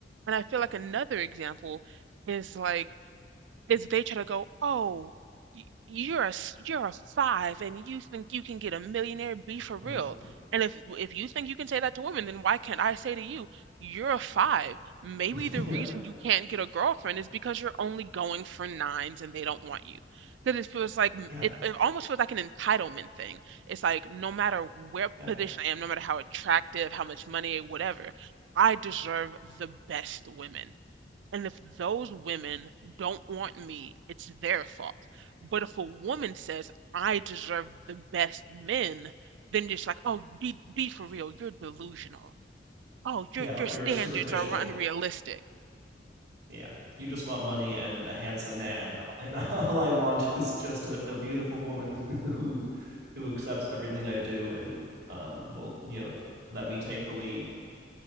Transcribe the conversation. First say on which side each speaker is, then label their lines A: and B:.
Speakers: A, on the right (about 85°); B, on the right (about 65°).
A: And I feel like another example is like is they try to go, oh, y- you're a s- you're a five, and you think you can get a millionaire? Be for real.
B: uh,
A: And if if you think you can say that to women, then why can't I say to you, you're a five? Maybe
B: <laughs>
A: the reason
B: yeah
A: you can't get a girlfriend is because you're only going for nines, and they don't want you. Because it feels like m-
B: yeah
A: it, it almost feels like an entitlement thing. It's like no matter where
B: yeah
A: position I am, no matter how attractive, how much money, whatever, I deserve the best women. And if those women don't want me, it's their fault. But if a woman says, I deserve the best men, then just like, oh, be be for real, you're delusional. Oh,
B: yeah
A: your your
B: or
A: standards
B: you're superficial
A: are unrealistic.
B: Yeah. You just want money and a handsome man. <laughs> And all I want is just a, a beautiful woman <laughs> who who accepts everything I do and um will, you know, let me take the lead